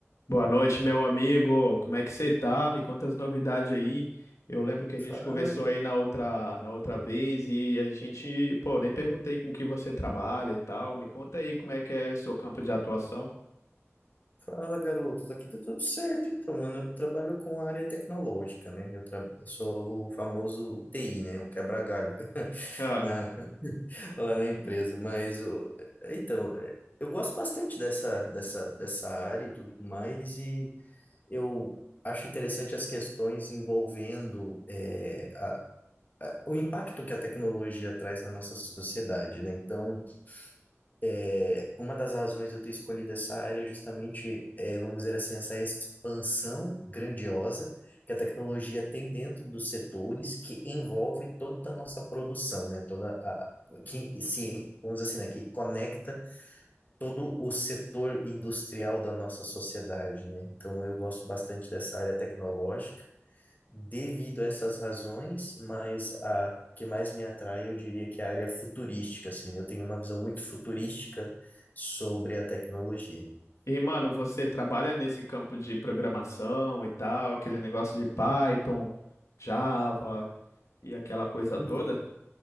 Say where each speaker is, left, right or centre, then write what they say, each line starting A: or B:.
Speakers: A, on the left (about 85°); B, on the left (about 35°).
A: Boa noite, meu amigo. Como é que você tá? Me conta as novidades aí. Eu lembro que a gente
B: Fala,
A: conversou aí na outra, na outra vez e a gente, pô, nem perguntei com que você trabalha e tal. Me conta aí como é que é seu campo de atuação.
B: fala, garotos. Aqui tá tudo certo, então, mano. Eu trabalho com a área tecnológica, né? Eu, tra... eu sou o famoso TI, né? O quebra-galho <laughs>
A: Ah,
B: na... lá na empresa. Mas, o... então, é, eu gosto bastante dessa, dessa, dessa área e tudo mais, e eu acho interessante as questões envolvendo é, a- a- o impacto que a tecnologia traz na nossa sociedade, né? Então, É, uma das razões de eu ter escolhido essa área é justamente, é, vamos dizer assim, essa expansão grandiosa que a tecnologia tem dentro dos setores que envolve toda a nossa produção, né? Toda a, que se, vamos dizer assim, né? Que conecta todo o setor industrial da nossa sociedade, né? Então, eu gosto bastante dessa área tecnológica devido a essas razões, mas a que mais me atrai, eu diria que é a área futurística, assim. Eu tenho uma visão muito futurística sobre a tecnologia.
A: E, mano, você trabalha nesse campo de programação e tal, aquele negócio de Python, Java e aquela coisa
B: Então,
A: toda?